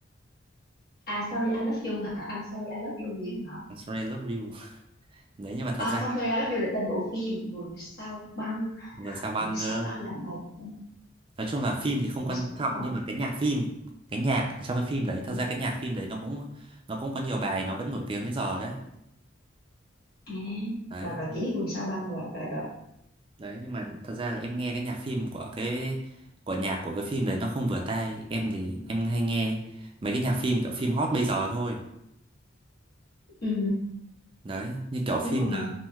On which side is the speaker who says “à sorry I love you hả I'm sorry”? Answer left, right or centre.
Left